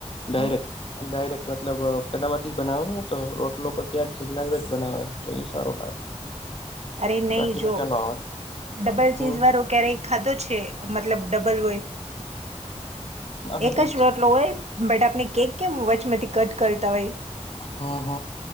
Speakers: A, on the left; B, on the right.
A: ડાયરેક્ટ
B: હમ
A: અનડાયરેક્ટ મતલબ બદા માંથી જ બનાવે ને તો રોટલો ત્યાં જ લાઈવ જ બનાવે તો એ સારો લાગે.
B: અરે નહી
A: બાકી
B: જો
A: મજા નો આવે.
B: ડબલ
A: હમ
B: ચીઝ વાળો ક્યારેય ખાધો છે મતલબ ડબલ હોય.
A: અને
B: એક
A: એ
B: જ રોટલો હોય બટ આપણે કેક કેમ વચમાંથી કટ કરતા હોય.
A: હ હ.